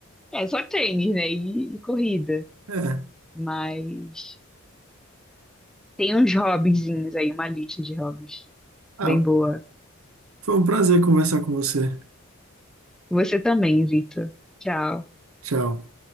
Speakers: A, in the centre; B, on the right.
A: é só tênis, né? E, e corrida.
B: É.
A: Mas tem uns hobbyzinhos aí, uma lista de hobbies
B: Ah,
A: bem boa.
B: foi um prazer conversar com você.
A: Você também, Vitor. Tchau.
B: Tchau.